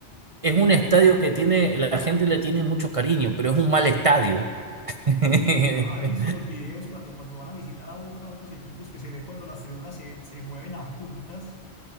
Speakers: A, on the right (about 40°); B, on the left (about 35°).
A: es un estadio que tiene, la gente le tiene mucho cariño, pero es un mal estadio. <laughs>
B: Ah, ¿Has visto los videos cuando, cuando van a visitar a Boca otros equipos que se ve cuando las tribunas se, se mueven las juntas